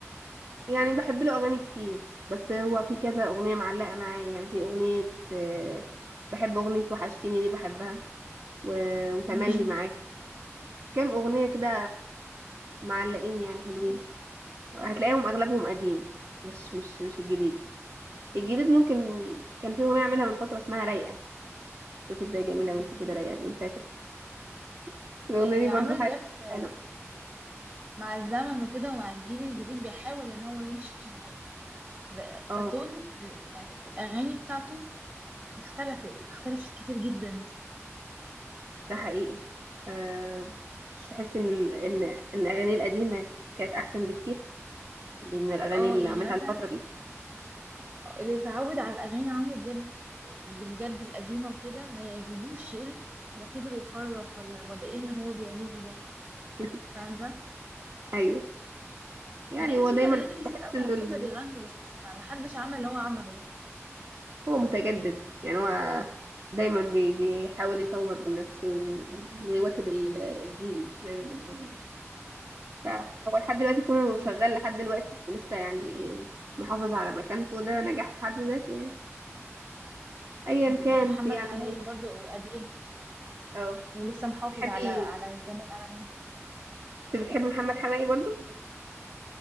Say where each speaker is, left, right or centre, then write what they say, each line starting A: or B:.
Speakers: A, on the right; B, on the right.
A: يعني بحب له اغاني كتير بس هو في كذا اغنيه معلقه معايا يعني في اغنيه آه، بحب اغنيه وحشتيني دي بحبها و... وتملي
B: مم.
A: معاك كام اغنيه كده معلقين يعني حلوين هتلاقيهم اغلبهم قديم مش مش مش الجديد الجديد ممكن كان في اغنيه عاملها من فتره اسمها رايقه شوف ازاي جميله وانت كده رايقه بيقول فيها كده <laughs> الاغنيه
B: آه،
A: دي برضو
B: عمرو
A: حلوه
B: دياب آه،
A: حلو
B: مع الزمن وكده ومع الجيل الجديد بيحاول ان هو يمشي مع- ب-
A: اه
B: فتون ال- يعني الاغاني بتاعته اختلفت اختلفت كتير جدا
A: ده حقيقي آه مش تحس ان ال- ان ان الاغاني القديمه كانت احسن بكتير دي من الاغاني
B: اه
A: اللي
B: يعني
A: عاملها
B: مثلا
A: الفتره دي
B: اللي اتعود على اغاني عمرو دياب اللي بجد القديمه وكده ما يعجبوش يقول هو كبر وخرف ولا ولا ايه اللي هو بيعمله ده
A: <laughs>
B: فاهمه
A: ايوه يعني
B: مع ان
A: هو
B: في
A: دايما
B: فنانين كتير
A: بحس
B: قوي
A: انه
B: على
A: ال-
B: فكره بيغنوا بس ما ما حدش عمل اللي هو عمله ده
A: هو متجدد يعني هو دايما بي- بيحاول يطور من نفسه ويواكب ال- الجيل زي ما بنقول يعني. فهو لحد دلوقتي كونه
B: م-
A: شغال لحد دلوقتي ولسه يعني محافظ على مكانته ده نجاح في حد ذاته يعني ايا كان
B: محمد
A: في يعني
B: حماقي برضه قديم
A: اه
B: ولسه محافظ
A: تحبي
B: على على جامد اغانيه
A: انت بتحبي محمد حماقي برضو